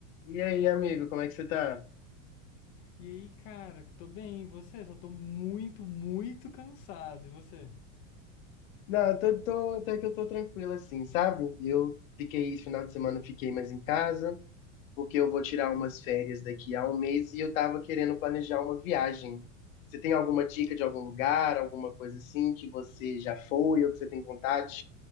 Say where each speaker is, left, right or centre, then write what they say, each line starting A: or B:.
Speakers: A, on the left; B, on the left.
A: E aí, amigo, como é que você tá?
B: E aí, cara, tô bem, e você? Só tô muito, muito cansado. E você?
A: Não, eu tô, tô- até que eu tô tranquilo assim, sabe? Eu fiquei, esse final de semana eu fiquei mais em casa, porque eu vou tirar umas férias daqui a um mês e eu tava querendo planejar uma viagem. Você tem alguma dica de algum lugar, alguma coisa assim que você já foi ou que você tem vontade?